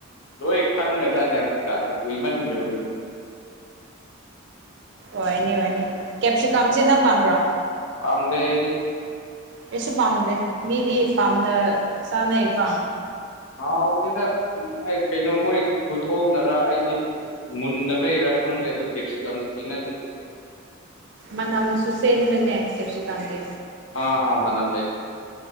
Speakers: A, on the left; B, on the right.
A: ꯂꯣꯏ ꯈꯪꯉꯖꯥꯠꯅꯦ ꯍꯧꯖꯤꯛꯀꯥꯟꯖꯦ ꯀꯣꯏꯃꯟꯒ꯭ꯔꯕꯒꯤ꯫ <inaudible>
B: ꯑꯣꯏꯅꯤ-ꯑꯣꯏꯅꯤ ꯀꯦꯞꯁꯤꯀꯥꯝꯁꯤ ꯅꯪ ꯄꯥꯝꯕ꯭ꯔꯣ꯫
A: ꯄꯥꯝꯗꯦ ꯑꯩꯗꯤ꯫
B: ꯀꯩꯁꯨ ꯄꯥꯝꯗꯦ ꯃꯤꯗꯤ ꯄꯥꯝꯅ ꯆꯥꯅꯩꯀꯣ꯫
A: ꯍꯥꯎꯇꯦꯗ ꯑꯩ ꯀꯩꯅꯣ ꯃꯣꯏ ꯈꯨꯊꯣꯛꯅꯔ ꯑꯩꯗꯤ ꯃꯨꯟꯗꯕꯩꯔꯥ ꯈꯪꯗꯦ ꯑꯗꯣ ꯀꯦꯞꯁꯤꯀꯝꯁꯤ ꯍꯩꯅꯗꯦ꯫
B: ꯃꯅꯝꯁꯨ ꯆꯦꯟꯕꯅꯦ ꯀꯦꯞꯁꯤꯀꯝꯗꯤ꯫
A: ꯑꯥ ꯑꯥ ꯃꯅꯝ ꯂꯩ꯫